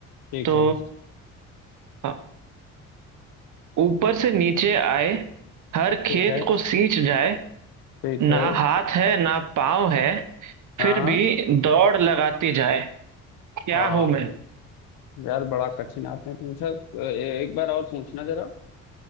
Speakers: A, on the left; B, on the right.
A: ठीक
B: तो
A: है
B: हाँ, ऊपर से नीचे आए हर खेत
A: ठीक है
B: को सींच जाए
A: ठीक
B: ना
A: है
B: हाथ है ना पाँव है
A: हाँ
B: फिर भी दौड़ लगाती जाए क्या
A: हाँ
B: हूं मैं
A: यार बड़ा कठिन आपने पूछा अ, ए, एक बार और पूछना जरा